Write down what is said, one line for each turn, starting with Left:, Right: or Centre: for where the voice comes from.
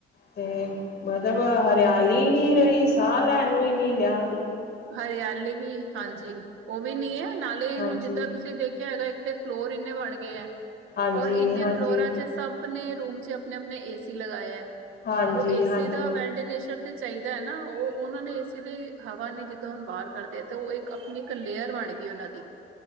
Left: ਤੇ ਮਤਲਬ ਹਰਿਆਲੀ ਨੀ ਰਹੀ ਸਾਹ ਲੈਣ ਨੂੰ ਈ ਨੀ ਰੇਯਾ
Right: ਹਰਿਆਲੀ ਵੀ ਹਾਂਜੀ, ਓ ਵੀ ਨੀ ਐ ਨਾਲੇ
Left: ਹਾਂਜੀ
Right: ਹੁਣ ਜਿੱਦਾਂ ਤੁਸੀਂ ਦੇਖਿਆ ਹੈਗਾ ਤੇ ਫਲੋਰ ਏਨੇ ਬਣ ਗਏ ਐ
Left: ਹਾਂਜੀ
Right: ਔਰ ਏਨੇ
Left: ਹਾਂਜੀ
Right: ਫਲੋਰਾਂ ਚ ਸਭ ਆਪਣੇ ਰੂਮ ਚ' ਆਪਣੇ-ਆਪਣੇ ਏਸੀ ਲਗਾਏ ਏ।
Left: ਹਾਂਜੀ
Right: ਓ ਏਸੀ
Left: ਹਾਂਜੀ
Right: ਦਾ ਵਟੀਨਲੇਸ਼ਨ ਤੇ ਚਾਹੀਦਾ ਏ ਨਾ ਓ ਓਨਾਂ ਨੇ ਏਸੀ ਦੀ ਹਵਾ ਨੀ ਜ ਜਦ ਹੁਣ ਬਾਰ ਕਰਦੇ ਆ ਤੇ ਓ ਏਕ ਆਪਣੀ ਏਕ ਲੇਅਰ ਬਣ ਗਈ ਓਨਾਂ ਦੀ